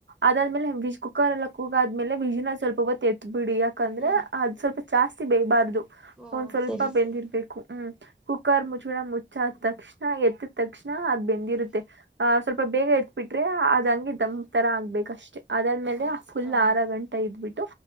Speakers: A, on the right (about 90°); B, in the centre.
A: ಅದಾದ್ಮೇಲೆ ಕುಕ್ಕರ್ ಎಲ್ಲಾದ್ಮೇಲೆ ವಿಜಿನ ಸ್ವಲ್ಪ ಹೊತ್ ಏತ್ ಬಿಡಿ ಯಾಕಂದ್ರೆ
B: ಹ್ಮ್
A: ಅದು ಸ್ವಲ್ಪ ಜಾಸ್ತಿ ಬೇಬಾರ್ದು
B: ಓ
A: ಒಂದ್ ಸ್ವಲ್ಪ
B: ಸರಿ
A: ಬೆಂದಿರ್ಬೇಕು
B: ಸರಿ
A: ಹ್ಮ್ ಕುಕ್ಕರ್ ಮುಚ್ಚುಳ ಮುಚ್ಚಾದ ತಕ್ಷಣ ಎತ್ ತಕ್ಷಣ ಹಾ ಅದ್ ಬೆಂದ್
B: ಹ್ಮ್
A: ಇರುತ್ತೆ
B: ಹ್ಮ್
A: ಆ ಸ್ವಲ್ಪ ಬೇಗ ಎತ್ ಬಿಟ್ರೆ ಅದ್ಂಗೆ ದಮ್ ತರ ಆಗ್ಬೇಕ್ ಅಷ್ಟೇ ಅದ್ ಮೇಲೆ
B: ಅಷ್ಟೆ
A: ಫುಲ್
B: ಹ
A: ಆರ ಗಂಟೆ ಇದ್ಬಿಟ್ಟು